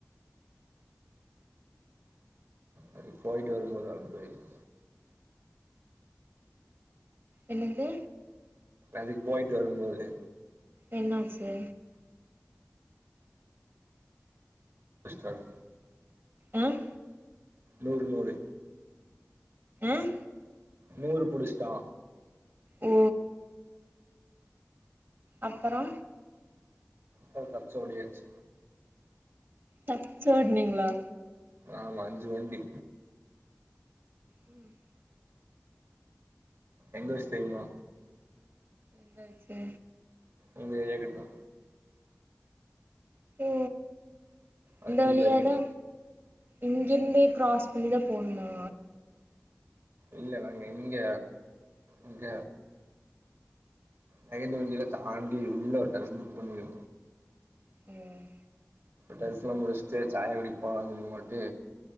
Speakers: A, on the right (about 65°); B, on the right (about 50°).
A: அப்டி போய்ட்டு வரும்போது அலும்பாயிர்சு
B: என்னது
A: அதுக் போயிட்டு வரும்போது
B: என்னாச்சு
A: விஸ்ட்ராகு
B: ம்
A: நூறு நூறு
B: ம்
A: நூறு புடுஷ்ட்டா
B: ஓ அப்பறோ
A: த தப்ச்சு ஓடியாச்சு
B: தப்ச் ஓட்னீங்ளா
A: ஆமா அஞ்சு வண்டி
B: ம்
A: எங்க வெச் தெரிய்மா
B: எங்க வெச்சு
A: உங்க ஏரியா கிட் தா
B: ஓ
A: அது
B: இந்த
A: தீபாய்
B: வழியாதா
A: கிட்ட
B: இங்கிர்ந்தே க்ராஸ் பண்ணி தா போணுமா
A: இல்ல நாங்க எங்க இங்க நெகந்தி வந்தில தாண்டி உள்ள ஒரு டெரஸ் புக் பண்ணிரு
B: ம்
A: டெரிஸ்லா முடிஷ்ட்டு சாயா குடிக் போலான் சொல்லிமோட்டு